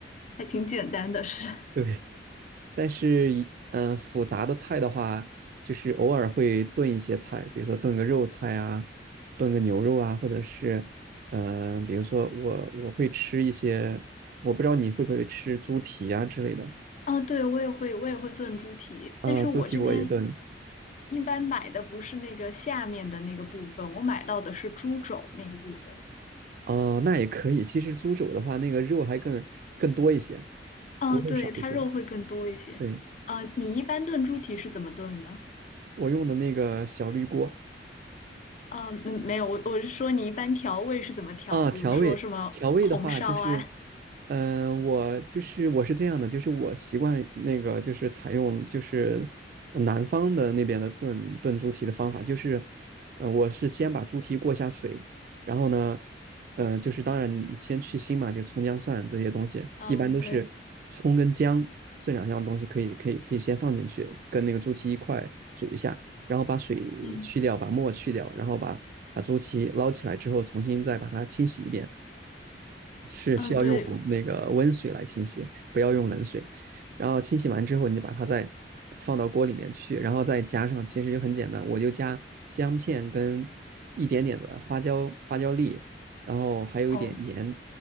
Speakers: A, on the left (about 40°); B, on the right (about 55°).
A: 还挺简单的是。
B: 对。但是一，嗯，呃复杂的菜的话，就是偶尔会炖一些菜，比如说炖个肉菜啊，炖个牛肉啊，或者是，嗯、呃比如说我我会吃一些，我不知道你会不会吃猪蹄啊之类的，
A: 啊，对，我也会，我也会炖猪蹄，
B: 啊、
A: 但是我这边
B: 猪蹄我也炖，
A: 一般买的不是那个下面的那个部分，我买到的是猪肘那个部分。
B: 哦、那也可以。其实猪肘的话，那个肉还更更多一些，
A: 嗯，
B: 骨头少一些。
A: 对，它肉会更多一些。
B: 对，
A: 嗯，你一般炖猪蹄是怎么炖呢？
B: 我用的那个小绿锅，
A: 嗯，嗯没有，我我是说你一般调味是怎么调？
B: 啊，
A: 比如说什么红烧啊？
B: 调味调味的话，就是，嗯、我就是我是这样的，就是我习惯那个就是采用就是南方的那边的炖炖猪蹄的方法，就是，呃，我是先把猪蹄过下水，然后呢，呃，就是当然你先去腥嘛，就葱姜蒜这些东西，
A: <laughs> 嗯，
B: 一般都是葱跟姜这两样东西可以可以可以先放进去，
A: 对，
B: 跟那个猪蹄一块煮一下，然后把水去掉，
A: 嗯
B: 把沫去掉，然后把把猪蹄捞起来之后，重新再把它清洗一遍，是需要用那个温水来清洗，
A: 嗯，对，
B: 不要用冷水。然后清洗完之后，你就把它再放到锅里面去，然后再加上，其实就很简单，我就加姜片跟一点点的花椒花椒粒，然后还有一点盐，
A: 哦，